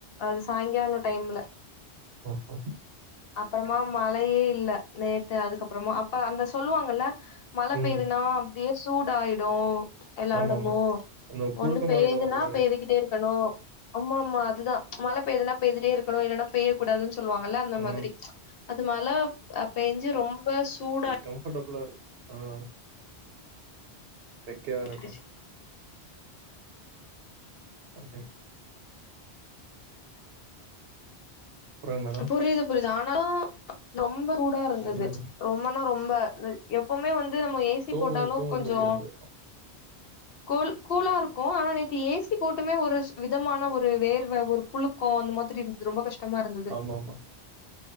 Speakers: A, on the left (about 65°); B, on the right (about 65°).
A: அது சாய்ங்காலோ டைம்ல
B: ஓஹ
A: அப்றமா மழயே இல்ல நேத்து அதுக்கப்றமா அப்ப அந்த சொல்லுவாங்ல்ல மழ
B: ம்.
A: பெய்துனா அப்டியே சூடாயிடு எல்லா
B: ஆமாமா.
A: எடமு
B: அந்த புழுக்கமாயிடும்
A: ஒண்ணு பெய்யுதுன்னா
B: ஒரு மாரி.
A: பெய்துக்கிட்டே இருக்கணு ஆமா ஆமா அதுதா மழைபெய்துனா பெய்திட்டே இருக்கணு இலன்னா பெய்ய கூடாதுனு சொல்லுவாங்கல்ல அந்த
B: ஆ
A: மாரி அது மழ பேஞ்சு ரொம்ப சூடா
B: கம்ஃபட்டபுளா இருக்கு ஆஹ் வெக்கயா
A: விட்டுடுச்சு
B: இருக்கு <inaudible> அப்புறம் மேடம்?
A: புரிது புரிது ஆனா ரொம்ப ரூடா இருந்துது
B: ம்.
A: ரொம்பனா ரொம்ப எப்போமே வந்து நம்ம ஏசி
B: தூங்குவோ
A: போட்டாலு
B: தூங்க
A: கொஞ்சோ
B: முடியாது
A: கூல் கூலா இருக்கு ஆனா நேத்தி ஏசி போட்டுமே ஒரு விதமான ஒரு வேர்வ ஒரு புழுக்கோ அந்த மாரி இருந்துது ரொம்ப கஷ்டமா இருந்துது
B: ஆமாமா.